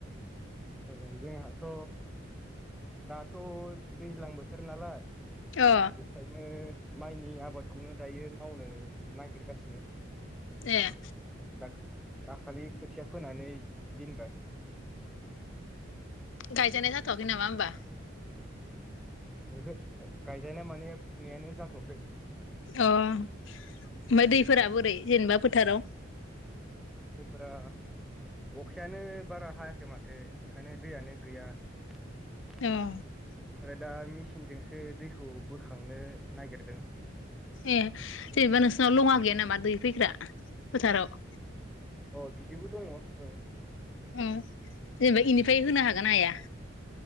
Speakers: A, in the centre; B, on the left.
A: ओ जोंहाथ दाथ दैज्लां बोथोर नालाय
B: अ
A: बेखायनो माइनि आबादखौनो दायो मावनो नागिरगासिनो
B: एह
A: दा दाखालि खोथिया फोनानै दिनबाय <inaudible>
B: गायजानाय जाथवाखै नामा होमबा?
A: ओहो गायजनाया माने फुनायानो जाथवाखै
B: अ ओमफ्राय
A: जोंफोरा
B: दैफोरा बोरै जेनेबा फोथाराव
A: जफोरा अखायानो बारा हायाखै माथो ओंखायनो दैयानो गैया ओमफ्राय
B: ए
A: दा मि सिनजोंसो दैखौ बोखांनो नागिरदों
B: ए जेनेबा नोंसनाव लङा गैया नोमा दै फैग्रा फोथाराव
A: अ बिदिबो दङ ओं
B: ओम जेनेबा इनिफ्राय होनो हागोना हाया?